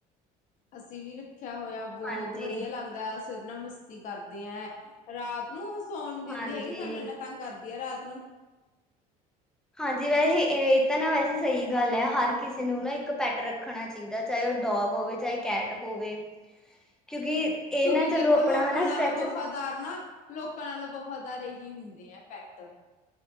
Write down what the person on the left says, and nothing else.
ਅਸੀਂ ਵੀ ਰੱਖ ਰਖਿਆ ਹੋਇਆ ਬਹੁਤ
ਵਧੀਆ ਲੱਗਦਾ ਐਨਾ ਮਸਤੀ ਕਰਦੇ ਹੈ। ਰਾਤ ਨੂੰ ਸੌਣ ਦਿੰਦੀ
ਹੈਗੀ ਸਾਨੂੰ ਇੰਨਾ ਤੰਗ ਕਰਦੀ ਹੈ ਰਾਤ ਕਿਨੂੰ <unintelligible>
ਕਿਉਂਕਿ
ਦੇਖੋ
ਲੋਕਾਂ
ਨਾਲੋਂ
ਵਫ਼ਾਦਾਰ ਨਾ ਲੋਕਾਂ ਨਾਲੋਂ ਵਫ਼- ਵਫਦਾਰ ਏਹੀ ਹੁੰਦੇ ਏ ਪੈਟ।